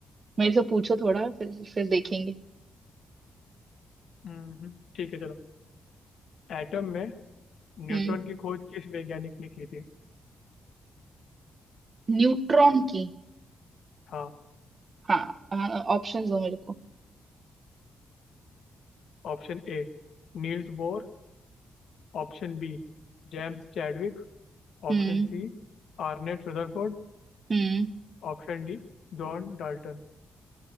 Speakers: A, on the right; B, on the left.
A: मेरे से पूछो थोड़ा फिर फिर देखेंगे
B: हम्म, ठीक है चलो एटम में न्यूट्रॉन
A: हम्म
B: की खोज किस वैज्ञानिक ने की थी
A: न्यूट्रॉन की
B: हाँ
A: हाँ ऑप्शन दो मेरे को
B: Option A Niels Bohr Option B James Chadwick
A: हम्म
B: Option C Ernest Rutherford
A: हम्म
B: Option D John Dalton